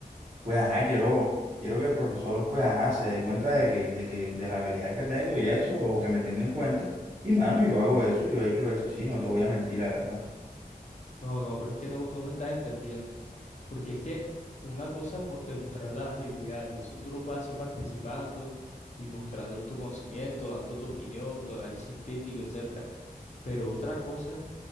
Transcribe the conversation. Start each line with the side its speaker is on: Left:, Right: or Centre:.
Right: pues, ajá, quiero, quiero que el profesor, pues, ajá, se dé cuenta de que, de que, de las habilidades que tengo y eso, o que me tenga en cuenta. Y, mano, yo hago eso, yo he hecho eso, sí, no te voy a mentir, la verdad.
Left: No, no, pero es que no, no me estás entendiendo. Porque es que una cosa es mo- demostrar las habilidades, y eso tú lo puedes hacer participando y mostrando tu conocimiento, dando tu opinión, tu análisis crítico, etc. Pero otra cosa